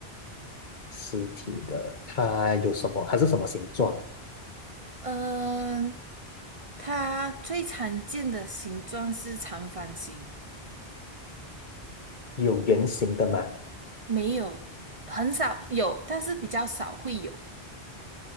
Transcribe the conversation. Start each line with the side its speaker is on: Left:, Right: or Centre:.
Left: 实体的，它有什么？它是什么形状？
Right: 嗯，它最常见的形状是长方形，
Left: 有圆形的吗？
Right: 没有，很少有，但是比较少会有。